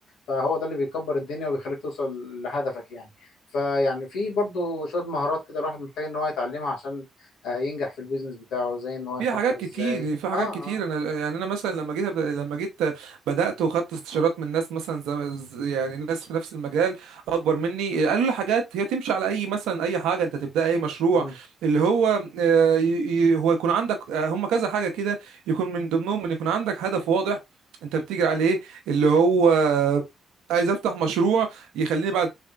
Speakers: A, on the left; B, on the right.
A: فهو ده اللي بيكبر الدنيا وبيخليك توصل لهدفك يعني فيعني في برضو شوية مهارات كده الواحد محتاج ان هو يتعلمها عشان آه، ينجح في البيزنس بتاعه زي ان هو يفكر
B: في حاجات كتير
A: ازاي
B: في حاجات
A: اه
B: كتير
A: اه
B: انا يعني انا مثلا لما جيت أب- لما جيت بدات وخدت استشارات من ناس مثلا زم... ز- يعني ناس في نفس المجال اكبر مني قالوا لي حاجات هي تمشي على اي مثلا اي حاجه انت تبدا اي مشروع
A: مم،
B: اللي هو آه، ي- ي- هو يكون عندك آه، هم كذا حاجه كده يكون من ضمنهم ان يكون عندك هدف واضح انت بتجري عليه اللي هو آه، عايز افتح مشروع يخليني بعد